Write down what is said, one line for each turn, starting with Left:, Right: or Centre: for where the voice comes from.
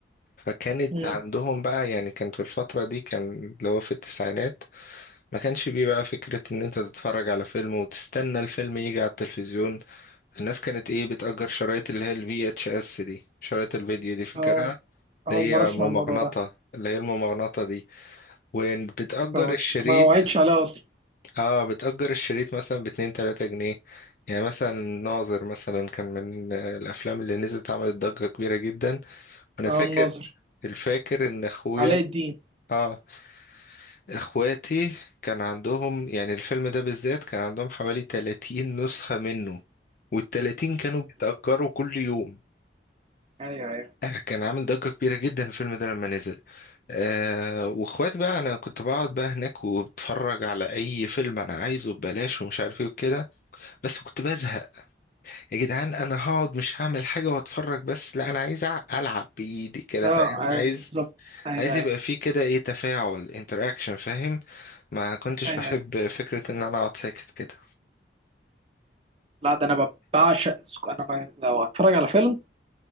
Left: فكانت
Right: امم
Left: عندهم بقى يعني كان في الفترة دي كان اللي هو في التسعينات ما كانش بيه بقى فكرة ان انت تتفرج على فيلم وتستنى الفيلم يجي على التلفزيون الناس كانت ايه بتأجر شرايط اللي هي الفي اتش اس دي شرايط الفيديو دي فاكرها
Right: اه اول
Left: اللي
Right: مره
Left: هي
Right: اسمع
Left: ممغنطة
Right: الموضوع ده
Left: اللي هي الممغنطة دي وبتأجر
Right: كراش
Left: الشريط
Right: ما وعدتش عليها اصلا
Left: اه بتأجر الشريط مثلا باتنين تلاتة جنيه يعني مثلا ناظر مثلا كان من الأفلام اللي نزلت عملت ضجة كبيرة جدا وأنا
Right: او
Left: فاكر
Right: الناظر
Left: الفاكر إن أخويا
Right: علاء الدين
Left: اه إخواتي كان عندهم يعني الفيلم ده بالذات كان عندهم حوالي تلاتين نسخة منه والتلاتين كانوا بيتأجروا كل يوم
Right: ايوه ايوه
Left: آه، كان عامل ضجة كبيرة جدا الفيلم ده لما نزل آه واخواتي بقى انا كنت بقعد بقى هناك وبتفرج على اي فيلم انا عايزه ببلاش ومش عارف ايه وكده بس كنت بزهق يا جدعان انا هقعد مش هعمل حاجه واتفرج بس لا انا عايز أع- العب بايدي كده
Right: اه
Left: فاهم
Right: عايز-
Left: عايز
Right: بالظبط ايوه
Left: عايز
Right: ايوه
Left: يبقى فيه كده ايه تفاعل انتراكشن فاهم ما كنتش
Right: ايوه
Left: بحب
Right: ايوه
Left: فكره ان انا اقعد ساكت كده
Right: لا ده انا بعشق السك- انا ما... لو هتفرج على فيلم ما